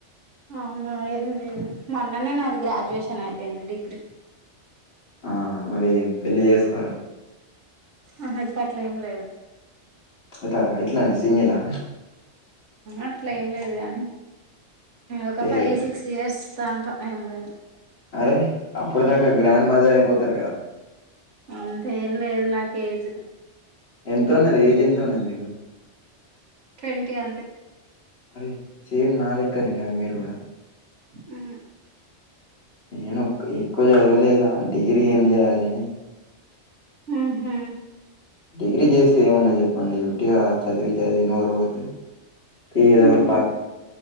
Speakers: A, on the right; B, on the left.
A: అవును ఏం లేదు మొన్ననే నాది గ్రాడ్యుయేషన్ అయిపోయింది డిగ్రీ
B: ఆహా మరింపెళ్ళి చేసుకోరా
A: అహా ఇప్పట్లా ఏం లేదు
B: అతే ఇట్లానే సింగేలా
A: అట్లా ఏం లేదు కానీ ఒక
B: లేదు
A: ఫైవ్ సిక్స్ ఇయర్స్ తాక ఏం లేదు
B: అరే అప్పుడుదాకా గ్రాండ్ మదర్ అయిపోతారు కదా
A: అంతేేం లేదు నాకేజ్
B: ఎంత ఉన్నది ఏజ్ ఎంత ఉన్నది ఇగ
A: ట్వంటీ అంతే
B: అరే సేమ్ నాలెక్కని ఉన్నారు మీరు కూడా
A: ఉ
B: నేను ఎక్కువ చదవలేదు డిగ్రీ ఏం చేయ్యాలని
A: ఉహు
B: డిగ్రీ చేస్తే ఏమున్నా చెప్పండి గుట్టిగా చదివి నోరు పోతుదో
A: ఉమ్
B: ఒక పాట్